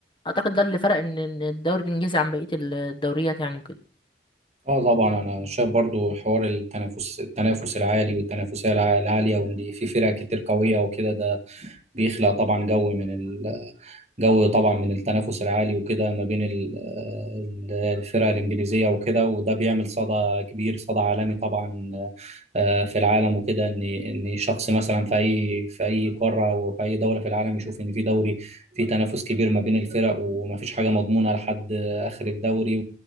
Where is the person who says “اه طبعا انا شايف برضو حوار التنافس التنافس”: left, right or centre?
Right